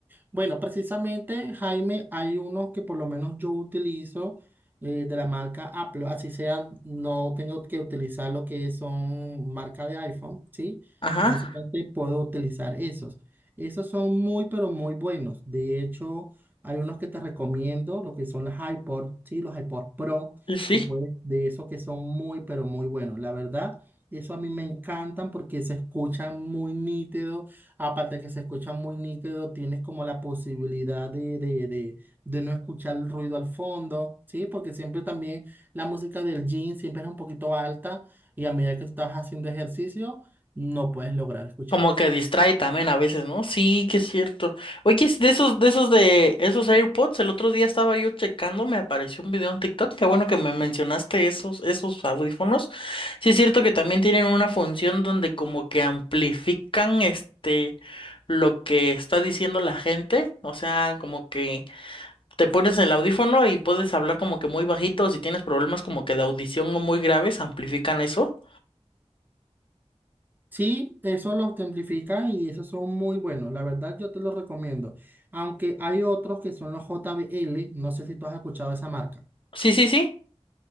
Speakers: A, on the right; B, on the left.
A: Bueno, precisamente, Jaime, hay unos que por lo menos yo utilizo eh, de la marca Apple, así sea, no tengo que utilizar lo que son marca de iPhone, ¿sí?
B: Ajá,
A: Precisamente puedo utilizar esos. Esos son muy, pero muy buenos. De hecho, hay unos que te recomiendo, lo que son los iPod, ¿sí? Los iPod Pro,
B: y sí.
A: tú puedes, de esos que son muy, pero muy buenos. La verdad, eso a mí me encantan porque se escuchan muy nítidos Aparte que se escucha muy nítido, tienes como la posibilidad de, de, de, de no escuchar el ruido al fondo, ¿sí? Porque siempre también la música del gym siempre es un poquito alta y a medida que estás haciendo ejercicio, no puedes lograr escuchar.
B: Como que distrae también a veces, ¿no? Sí, que es cierto. Oye, es de esos, de esos de esos AirPods, el otro día estaba yo checando, me apareció un video en TikTok. Qué bueno que me mencionaste esos, esos audífonos. Sí, es cierto que también tienen una función donde como que amplifican este lo que está diciendo la gente. O sea, como que te pones el audífono y puedes hablar como que muy bajito. Si tienes problemas como que de audición no muy graves, amplifican eso.
A: Sí, eso lo simplifica y esos son muy buenos. La verdad, yo te los recomiendo. Aunque hay otros que son los JBL, no sé si tú has escuchado esa marca.
B: Sí, sí, sí.